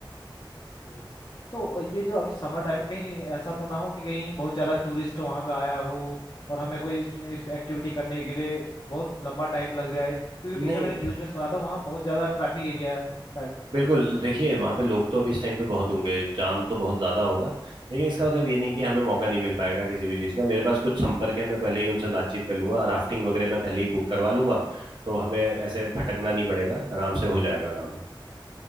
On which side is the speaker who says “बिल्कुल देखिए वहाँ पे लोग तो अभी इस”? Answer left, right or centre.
Right